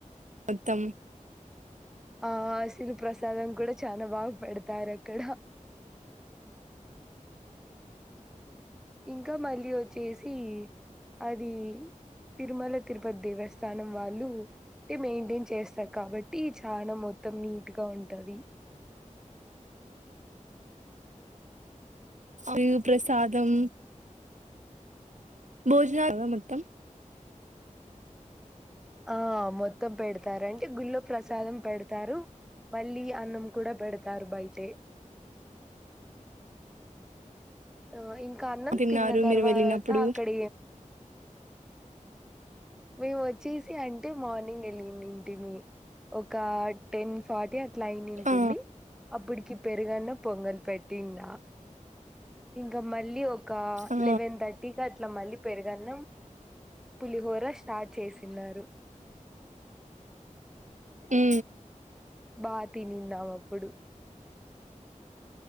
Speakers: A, on the right; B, in the centre.
A: మొత్తం
B: ఆ సిరు ప్ర్రసాదం కూడాడా చనా బా పెడతారు క్కడ ఇంకా మరి వడి వచ్చేసి అది తిరుమల తిరుపతి దేవస్థానం వాళ్ళు మెయింటైన్ చేస్త స కాబట్టి చా మొత్తం నీ ఇట్గా ఉంటది
A: జరు ప్ర్రసాదం భోజన మొత్తం
B: ఆ మొత్తం పెడతారు అంటే గుళ్ళ ప్రసాదం పెడతారు మళ్ళీ అన్నం కూడా పెడతారు బయట ఆ ఇ కన్నం
A: తిన్నారు
B: తిన్న తర్వాత
A: మీరు వెళ్ళినప్పుడు
B: అక్కడ మీ వచ్చి అంటే మార్నింగ్ వెళ్ళి ఒక టెన్ ఫార్టీ క్లైన్ ఉంటుంది
A: ఆ
B: అప్పటికి పెరుగన్న పొంగల్ పెట్ందా ఇంకా మళ్ళీ ఇ
A: ఆ
B: లెవెన్ థర్టీ క అట్లా మళ్ళీ పెరుగాన్న పులి హోరస్ చేసన్నారు
A: ఉ
B: బాగా తినిన్నాం అప్పుడు